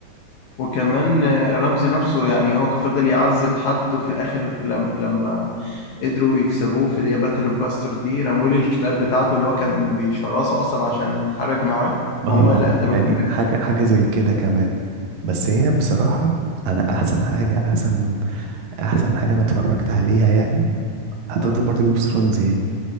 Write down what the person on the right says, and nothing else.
اه
يعني
حاجة حاجة زي كده كمان بس هي
بصراحة انا احسن حاجة احسن احسن حاجة انا اتفرجت عليها يعني هتفضل
برضه جيم اوف ثرونز يعني